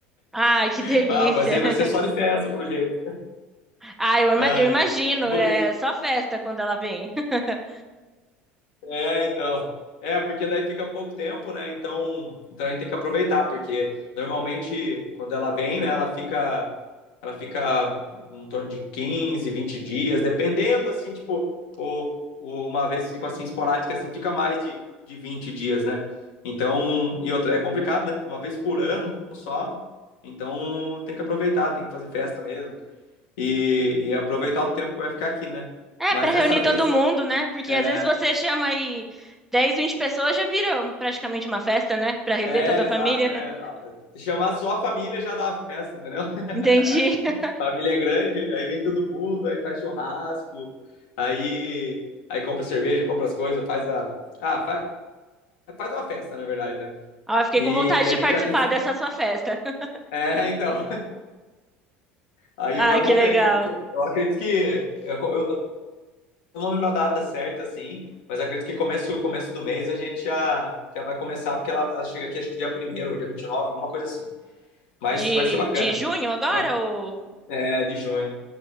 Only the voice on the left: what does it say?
<laughs>
Ah, vai ser, vai
ser só de festa, pelo jeito.
Ah,
é. E, vo-
e
É, então. É, porque daí fica pouco tempo, né? Então, então a gente tem que aproveitar, porque normalmente quando ela vem, né, ela fica ela fica em torno de 15, 20 dias, dependendo assim, tipo, ou, ou uma vez tipo assim esporádica assim, fica mais de, de 20 dias, né? Então, e outra é complicado, né? Uma vez por ano só. Então, tem que aproveitar, tem que fazer festa mesmo e, e aproveitar o tempo que vai ficar aqui, né?
Mas
dessa
vez,
é,
É,
exato.
É.
Se chamar só a família já dá a festa, entendeu? <laughs>
A família é grande, aí vem todo mundo, aí faz churrasco, aí, aí compra cerveja, compra as coisas, faz a. Ah, faz, faz uma festa, na verdade, né?
E,
e a
gente,
a gente.
É, então. Aí
agora
vamos
ver. Eu acredito que. Eu, eu não lembro a data certa, assim, mas acredito que começo, começo do mês a gente já, já vai começar, porque ela, ela chega aqui acho que dia primeiro, ou dia 29, alguma coisa assim. Mas
vai ser bacana.
Vai-
É, de junho.